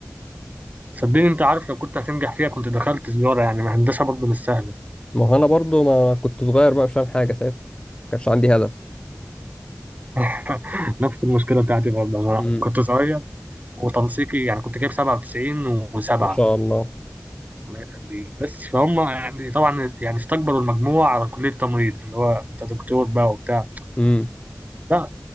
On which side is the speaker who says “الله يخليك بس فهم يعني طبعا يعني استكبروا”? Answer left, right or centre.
Right